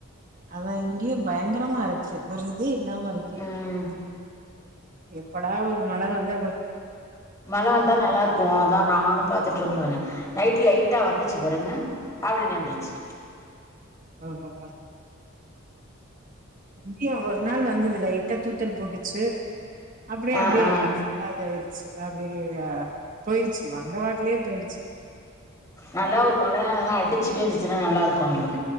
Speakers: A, on the right; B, on the left.
A: அதா இங்கயு பயங்கரமா இருக்கு ஒரு இதே இல்லாம இருக்கு
B: ம்
A: எப்படா ஒரு மழ வந்த
B: மழ வந்தா நல்லா இருக்கு அதா நானு பாத்துட்டு இருக்கோ பாருங்க நைட் லைட்டா வந்துச் சி பாருங்க அப்டியே நின்றுச்சு
A: ஆ ஆ ஆ. இங்கியு ஒரு நாள் வந்துது லைட்டா தூத்தல் போட்டுச்சு அப்டியே
B: ஆ
A: அப்டியே
B: ஆ
A: டாப் ஸ்டா அதாயிருச்சு அப்டியே போயிருச்சு வந்த வாக்லியே போய்ருச்சு.
B: நல்லா ஒரு மழ லா அடிச்சு பேஞ்சுச்சுன்னா நல்லாருக்கு நம்முளு